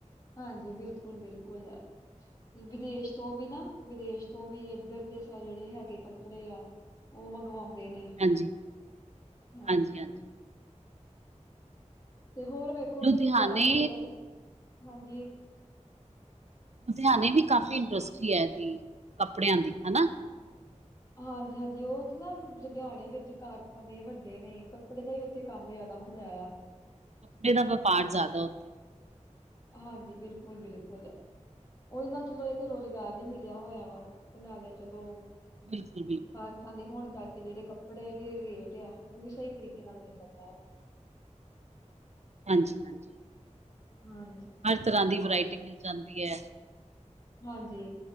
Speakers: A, on the left; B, on the right.
A: ਹਾਂਜੀ ਬਿਲਕੁਲ-ਬਿਲਕੁਲ ਆ। ਵਿਦੇਸ਼ ਤੋਂ ਵੀ ਨਾ ਵਿਦੇਸ਼ ਤੋਂ ਵੀ ਇਧਰ ਦੇ ਸਾਰੇ ਹੈਗੇ ਕੱਪੜੇ ਆ। ਓ ਮੰਗਵਾਉਂਦੇ ਨੇ।
B: ਹਾਂਜੀ-ਹਾਂਜੀ-ਹਾਂਜੀ
A: ਹਾਂਜੀ। ਤੇ ਹੋਰ ਵੇਖੋ
B: ਲੁਧਿਆਣੇ
A: ਕਿ ਪੰਜਾਬ ਦੇ ਜੇੜਾ ਹਾਂਜੀ।
B: ਲੁਧਿਆਨੇ ਵੀ ਕਾਫ਼ੀ ਇੰਡਸਟਰੀ ਏ ਦੀ ਕੱਪੜਿਆਂ ਦੀ ਹਨਾ।
A: ਹਾਂਜੀ-ਹਾਂਜੀ ਉਥੇ ਨਾ ਲੁਧਿਆਣੇ ਵਿੱਚ ਕਾਰਖਾਨੇ ਵੱਡੇ ਨੇ ਕਪ ਕੱਪੜੇ ਦਾ ਈ ਉੱਥੇ ਕੰਮ ਜਾਦਾ ਹੁੰਦਾ ਯਾ।
B: ਕੱਪੜੇ ਦਾ ਵਪਾਰ ਜਾਦਾ ਉ
A: ਹਾਂਜੀ ਬਿਲਕੁਲ-ਬਿਲਕੁਲ ਉਹਦੇ ਨਾਲ ਚਲੋ ਏਕ ਰੋਜ਼ਗਾਰ ਵੀ ਮਿਲਿਆ ਹੋਇਆ ਵਾ ਤੇ ਨਾਲੇ ਚਲੋ
B: ਬਿਲਕੁਲ-ਬਿ
A: ਕਾਰਖਾਂਨੇ ਹੋਣ ਕਰਕੇ ਜੇੜੇ ਕੱਪੜੇ ਦੇ ਰੇਟ ਆ ਓ ਸਈ ਤਰੀਕੇ ਨਾਲ ਮਿਲ ਜਾਂਦਾ ਆ।
B: ਹਾਂਜੀ-ਹਾਂਜੀ
A: ਹਾਂ
B: ਹਰ ਤਰ੍ਹਾਂ ਦੀ ਵਰਾਇਟੀ ਮਿਲ ਜਾਂਦੀ ਐ।
A: ਹਾਂਜੀ